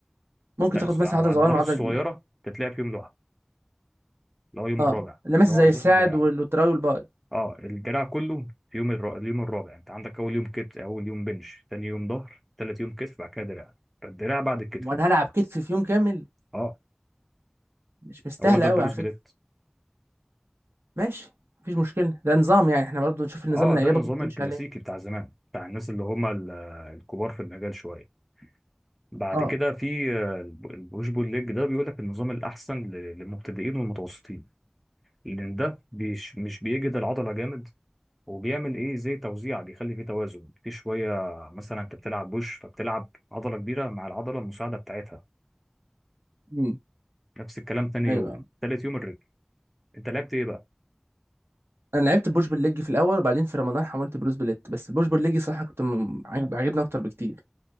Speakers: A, on the right; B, in the centre.
A: ممكن
B: لا
A: تاخد
B: الس-
A: مثلا
B: على
A: عضلة
B: العضلات
A: صغيرة مع عضلة
B: الصغيره
A: كبيرة
B: تتلعب في يوم لوحده اللي هو يوم
A: اه
B: الرابع
A: اللي مثلا
B: اللي هو
A: زي
B: عضلات
A: الساعد
B: الدراع
A: والتراي والباي
B: اه الدراع كله في يوم الر... اليوم الرابع انت عندك اول يوم كتف اول يوم بنش تاني يوم ظهر تالت يوم كتف بعد كده دراع فالدراع بعد الكتف
A: وانا هلعب كتف في يوم كامل
B: اه
A: مش مستاهلة
B: هو ده
A: قوي
B: بروس
A: على فكرة
B: جليت
A: ماشي مفيش مشكلة ده نظام يعني احنا برضو نشوف النظام
B: اه
A: اللي
B: ده
A: يعجبك
B: النظام
A: وتمشي
B: الكلاسيكي
A: عليه
B: بتاع زمان بتاع الناس اللي هم ال- الكبار في المجال شويه بعد
A: اه
B: كده في آه، الب- البوش بول ليج ده بيقول لك النظام الاحسن ل- للمبتدئين والمتوسطين لان ده بيش... مش بيجهد العضله جامد وبيعمل ايه زي توزيع بيخلي فيه توازن في شويه مثلا انت بتلعب بوش فبتلعب عضله كبيره مع العضله المساعده بتاعتها
A: امم
B: نفس الكلام تاني
A: ايوه
B: يوم تالت يوم الرجل انت لعبت ايه بقى
A: انا لعبت بوش بالليج في الاول وبعدين في رمضان حولت بروس بليت بس بوش بالليج صح كنت م- عاجب- عاجبني اكتر بكتير